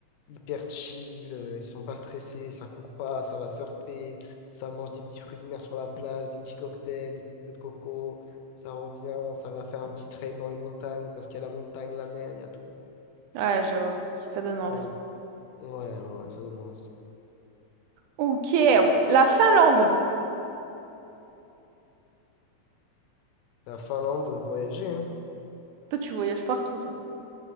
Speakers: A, on the left (about 90°); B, on the right (about 80°).
A: hyper chill. euh, Ils sont pas stressés, ça court pas, ça va surfer, ça mange des petits fruits de mer sur la plage, des petits cocktails, des petits noix de coco. Ça revient, ça va faire un petit trail dans les montagnes parce qu'il y a la montagne, la mer, il y a tout.
B: Ouais, je vois. Ça donne envie.
A: Voilà. Ouais, ouais, ouais, ça donne envie.
B: Ok, la Finlande.
A: La Finlande, voyager, hein.
B: Toi, tu voyages partout, toi.